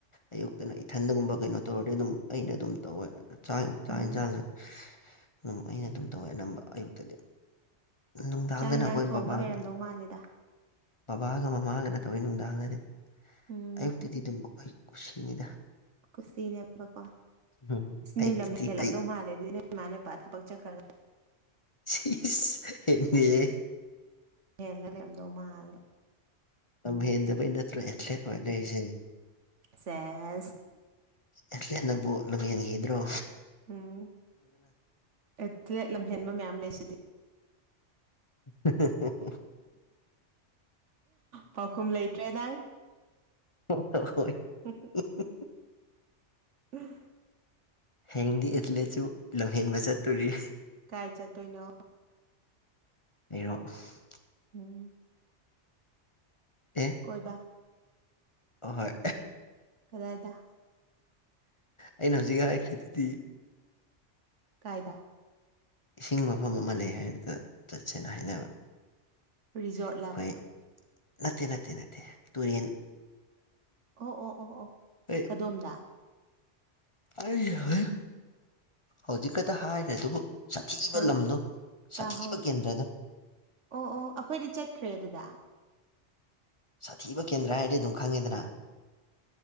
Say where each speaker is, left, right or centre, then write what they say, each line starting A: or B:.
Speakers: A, on the left; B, on the right.
A: ꯑꯌꯨꯛꯇꯅ ꯏꯊꯟꯗꯒꯨꯝꯕ ꯀꯩꯅꯣ ꯇꯧꯔꯗꯤ ꯑꯗꯨꯝ ꯑꯩꯅ ꯑꯗꯨꯝ ꯇꯧꯋꯦ ꯆꯥꯛ ꯆꯥꯛ
B: ꯎꯝ
A: ꯌꯦꯟꯁꯥꯡꯁꯨ ꯑꯗꯨꯝ ꯑꯩꯅ ꯑꯗꯨꯝ ꯇꯧꯋꯦ ꯑꯅꯝꯕ ꯑꯌꯨꯛꯇꯗꯤ ꯅꯨꯡꯗꯥꯡꯗꯅ
B: ꯆꯥꯛ ꯌꯦꯟꯁꯥꯡ
A: ꯑꯩꯈꯣꯏ
B: ꯊꯣꯡꯕ
A: ꯕꯕꯥꯒ
B: ꯍꯩꯔꯝꯗꯧ ꯃꯥꯜꯂꯦꯗ
A: ꯕꯕꯥꯒ ꯃꯃꯥꯒꯅ ꯇꯧꯋꯦ ꯅꯨꯡꯗꯥꯡꯗꯗꯤ
B: ꯎꯝ
A: ꯑꯌꯨꯛꯇꯗꯤ ꯑꯗꯨꯝ ꯑꯩꯈꯣꯏ ꯀꯨꯁꯤꯅꯤꯗ
B: ꯀꯨꯁꯤꯅꯦꯕꯀꯣ
A: ꯎꯝ
B: ꯁꯤ ꯅꯣꯢ
A: ꯑꯌꯨꯛꯇꯗꯤ
B: ꯂꯝ ꯍꯦꯜꯂꯝꯗꯧ
A: ꯑꯩ
B: ꯃꯥꯜꯂꯦ ꯑꯗꯨꯏꯅꯦ ꯏꯃꯥꯅ ꯏꯄꯥ ꯊꯕꯛ ꯆꯠꯈ꯭ꯔꯒ
A: ꯁꯤꯁ ꯍꯦꯟꯗꯦꯍꯦ
B: ꯍꯦꯜꯂ ꯂꯩꯔꯝꯗꯧ ꯃꯥꯜꯂꯣ
A: ꯌꯥꯝ ꯍꯦꯟꯗꯕꯩ ꯅꯠꯇ꯭ꯔꯣ ꯑꯦꯊ꯭ꯂꯦꯠ ꯑꯣꯏꯅ ꯂꯩꯔꯤꯁꯦ
B: ꯁꯦꯁ
A: ꯑꯦꯊ꯭ꯂꯦꯠꯅꯕꯨ ꯂꯝ ꯍꯦꯟꯒꯦ ꯗ꯭ꯔꯣ
B: ꯎꯝ ꯑꯦꯊ꯭ꯂꯦꯠ ꯂꯝꯍꯦꯟꯕ ꯃꯌꯥꯝ ꯂꯩꯁꯤꯗꯤ
A: <unintelligible>
B: ꯄꯥꯎꯈꯨꯝ ꯂꯩꯇ꯭ꯔꯦꯗꯥ ꯅꯪ
A: ꯍ ꯍꯣꯏ ꯍꯣꯏ <unintelligible>
B: ꯍ <unintelligible>
A: <unintelligible>
B: ꯎꯝ
A: ꯍꯌꯦꯡꯗꯤ ꯑꯦꯊꯂꯦꯠꯁꯨ ꯂꯝꯍꯦꯟꯕ ꯆꯠꯇꯣꯔꯤ
B: ꯀꯥꯏ ꯆꯠꯇꯣꯏꯅꯣ
A: ꯑꯔꯣꯁꯛ <unintelligible>
B: ꯎꯝ
A: ꯑꯦ
B: ꯀꯣꯏꯕ
A: ꯑꯍꯣꯏ
B: ꯀꯗꯥꯏꯗ
A: ꯑꯩꯅ ꯍꯧꯖꯤꯛ ꯍꯥꯏꯈ꯭ꯔꯤꯗꯨꯗꯤ
B: ꯀꯥꯏꯗ
A: ꯏꯁꯤꯡ ꯃꯐꯝ ꯑꯃ ꯂꯩ ꯍꯥꯏꯗꯨꯗ ꯆꯠꯁꯦꯅ ꯍꯥꯏꯅꯕ
B: ꯔꯤꯖꯣꯔꯠ
A: ꯑꯩꯈꯣꯏ
B: ꯂꯥꯕ
A: ꯅꯠꯇꯦ ꯅꯠꯇꯦ ꯅꯠꯇꯦ ꯇꯨꯔꯤꯟ
B: ꯑꯣ ꯑꯣ ꯑꯣ ꯑꯣ
A: ꯑꯩ
B: ꯀꯗꯣꯝꯗ
A: ꯑꯩ ꯍꯩ ꯍꯧꯖꯤꯛ ꯈꯛꯇ ꯍꯥꯏꯒ꯭ꯔꯗꯨꯕꯨ ꯁꯥꯊꯤꯕ
B: ꯈꯪ
A: ꯂꯝꯗꯣ
B: ꯇꯥꯍꯧ
A: ꯁꯥꯊꯤꯕ ꯀꯦꯟꯗ꯭ꯔꯗꯣ
B: ꯑꯣ ꯑꯣ ꯑꯈꯣꯏꯗꯤ ꯆꯠꯈ꯭ꯔꯦ ꯑꯗꯨꯗ
A: ꯁꯥꯊꯤꯕ ꯀꯦꯟꯗ꯭ꯔ ꯍꯥꯏꯔꯗꯤ ꯑꯗꯨꯝ ꯈꯪꯉꯦꯗꯅ